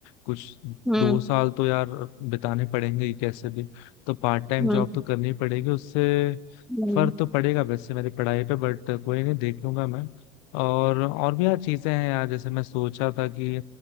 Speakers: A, on the left; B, in the centre.
A: कुछ
B: हम्म
A: दो साल तो यार बिताने पड़ेंगे ही कैसे भी तो पार्ट टाइम
B: हम्म
A: जॉब तो करनी पड़ेगी उससे
B: हम्म
A: फर्क तो पड़ेगा वैसे मेरी पढ़ाई पे बट कोई नहीं देख लूंगा मैं और और भी यार चीजें हैं यार जैसे मैं सोचा था कि